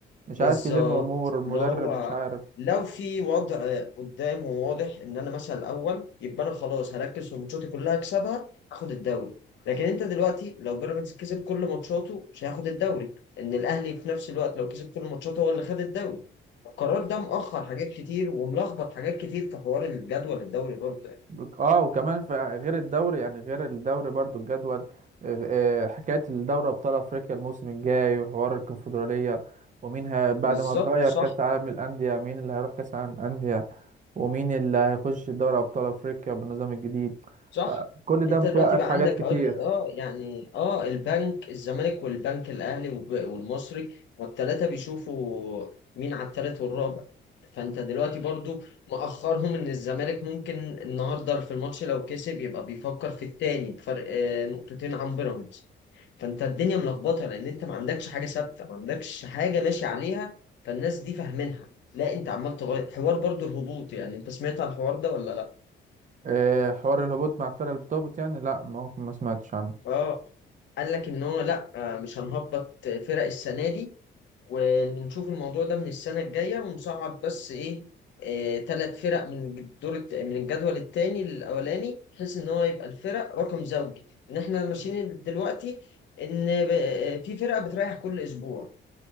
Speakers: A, on the right; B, on the left.
A: مش
B: بالظبط
A: عارف يلم أمور المدرب
B: اللي هو
A: مش عارف
B: لو في وضع قدام وواضح ان انا مثلا الاول يبقى انا خلاص هركز في ماتشاتي كلها اكسبها اخد الدوري لكن انت دلوقتي لو بيراميدز كسب كل ماتشاته مش هياخد الدوري ان الاهلي في نفس الوقت لو كسب كل ماتشاته هو اللي خد الدوري القرار ده مؤخر حاجات كتير وملخبط حاجات كتير في حوار الجدول الدوري برضه يعني.
A: بك- اه وكمان في غير الدوري يعني غير الدوري برضو الجدول آه، آه، حكاية الدوري أبطال أفريقيا الموسم الجاي وحوار الكونفدرالية ومين ه... بعد
B: بالظبط
A: ما اتغير
B: صح
A: كأس العالم للأندية مين اللي هيروح كأس العالم للأندية ومين اللي هيخش دوري أبطال أفريقيا بالنظام الجديد
B: صح
A: فكل ده
B: انت
A: متوقف
B: دلوقتي بقى
A: حاجات
B: عندك
A: كتير
B: عقد اه يعني اه البنك الزمالك والبنك الاهلي وب- والمصري والثلاثه بيشوفوا مين على الثالث والرابع فانت دلوقتي برضو مأخرهم ان الزمالك ممكن النهارده في الماتش لو كسب يبقى بيفكر في الثاني بفرق آه، نقطتين عن بيراميدز فانت الدنيا ملخبطه لان انت ما عندكش حاجه ثابته ما عندكش حاجه ماشي عليها فالناس دي فاهمينها لا انت عمال تغير حوار برضو الهبوط يعني انت سمعت على الحوار ده ولا لا؟
A: آه، حوار الهبوط مع الفرق اللي بتهبط يعني لا ما هو ما سمعتش عنه
B: اه قال لك ان هو لا آه، مش هنهبط فرق السنه دي ونشوف الموضوع ده من السنه الجايه ونصعد بس ايه ثلاث فرق من الدور الت- من الجدول الثاني للاولاني بحيث ان هو يبقى الفرق رقم زوجي ان احنا ماشيين دلوقتي ان ب- آه، في فرقه بتريح كل اسبوع